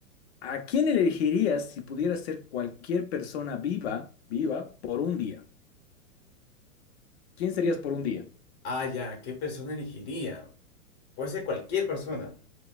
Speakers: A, on the left (about 45°); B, on the left (about 25°).
A: ¿A quién elegirías si pudieras ser cualquier persona viva, viva, por un día? ¿Quién serías por un día?
B: Ah, ya, ¿qué persona elegiría? Puede ser cualquier persona.